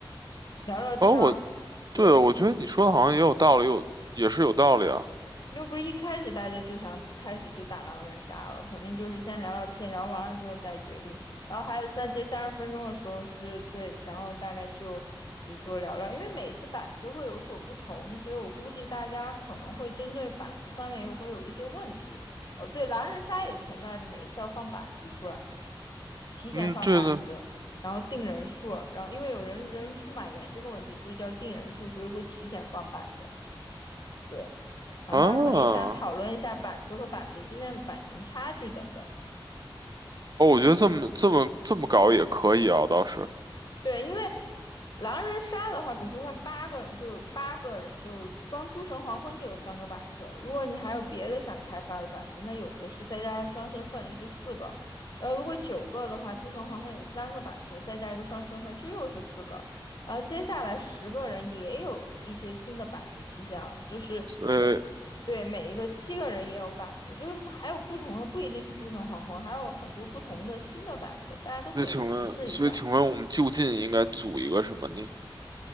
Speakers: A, on the left; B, on the right.
A: 聊聊天儿？
B: 哦，我
A: 对，
B: 对，我觉得你说的好像也有道理，有也是有道理啊。
A: 又不是一开始大家就想开始就打狼人杀了，肯定就是先聊聊天，聊完了之后再决定。然后还有三这三十分钟的时候是对，然后大概就比如说聊聊，因为每次板子会有所不同，所以我估计大家可能会针对板子上面又会有一些问题。哦，对，狼人杀也存在着每一次要放板子出来，提前放板子，
B: 嗯，对的
A: 然后定人数，然后因为有人人数满员这个问题，所以叫定人数，所以会提前放板子。对，然后大家可能也想讨论一下板子和板子之间的版型差距等等。
B: 啊。哦，我觉得这么这么这么搞也可以啊，倒是。
A: 对，因为狼人杀的话，比如说像八个人就，八个人就光诸神黄昏就有三个板子。如果你还有别的想开发的板子，那有的是，再加上双身份，这就四个。然后如果九个的话，诸神黄昏有三个板子，再加一个双身份，这又是四个。然后接下来十个人也有一些新的板子出现了，就是每对每一个七个人也有板子，
B: 呃，
A: 就是还有不同的，不一定是诸神黄昏，还有很多不同的新的板子，大家都可以尝试一下。
B: 那请问，所以请问我们就近应该组一个什么呢？